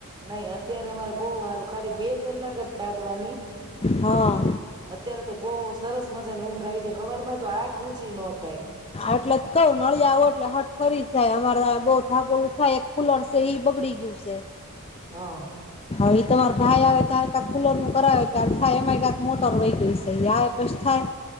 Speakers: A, on the right (about 20°); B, on the left (about 25°).
A: નહી અત્યારે અમારે બહ સારું ખાલી બે કલાક કાઢવાની,
B: હા
A: અત્યારે તો બહુ સરસ મજા ની ઊંઘાય છે ખબર માં તો આંખ ઉછ નો થાય.
B: એટલે જ કઉ નળી આવું એટલે હઠ ફરી. અમારા બહુ થાકો થાય એક ખુલર છે બગડી ગયું છે.
A: હા
B: હ એ તો વાર ભાઈ આવે તારે ક કુલર નું કરાવે કે ઠાય એ માકા મોટર મૂકી ગઈ છે. પસ્થાય.